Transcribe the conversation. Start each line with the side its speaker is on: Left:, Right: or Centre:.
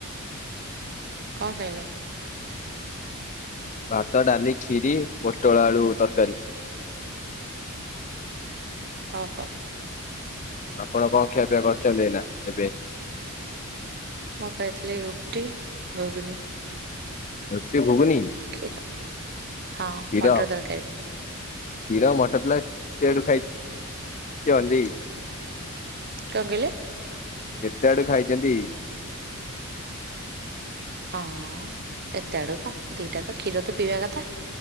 Right: କଣ ଖାଇଲେ?
Left: ଭାତ ଡାଲି ଖିରୀ ପୋଟଳ ଆଳୁ ତରକାରୀ।
Right: ଅହୋ।
Left: ଆପଣ କଣ ଖିଆପିଆ କରିଛନ୍ତି ଏଇନା ଏବେ?
Right: ମୁଁ ଖାଇଥିଲି ରୁଟି ଘୁଗୁନି।
Left: ରୁଟି ଘୁଗୁନି।
Right: କ୍ଷୀର ହଁ
Left: କ୍ଷୀର
Right: ମଟର ତରକାରୀ।
Left: କ୍ଷୀର ମଟର କେଏଁଠୁ ଚନ୍ତି?
Right: କଣ କଇଲେ?
Left: କେତେ ଆଡୁ ଖାଇଚନ୍ତି?
Right: ହଁ ଏତେ ଆଡୁ କଣ ଦିଟା ତ କ୍ଷୀର ତ ପିଇବା କଥା।